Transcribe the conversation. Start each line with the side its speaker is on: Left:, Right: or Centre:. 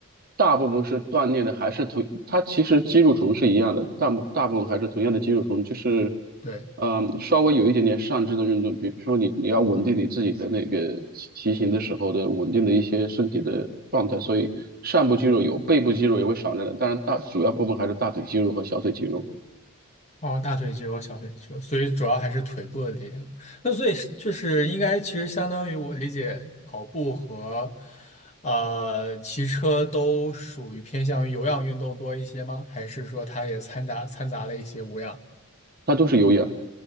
Right: 大部分是锻炼的，还是同，它其实肌肉群是一样的，大部大部分还是同样的肌肉群，就是，
Left: 对。
Right: 嗯，稍微有一点点上肢的运动，比如说你你要稳定你自己的那个骑骑行的时候的稳定的一些身体的状态，所以上部肌肉有，背部肌肉也会少量的，当然大主要部分还是大腿肌肉和小腿肌肉。
Left: 哦，大腿肌肉、小腿肌肉，所以主要还是腿部的力量。那所以是就是应该其实相当于我理解，跑步和呃骑车都属于偏向于有氧运动多一些吗？还是说它也掺杂掺杂了一些无氧？
Right: 它都是有氧，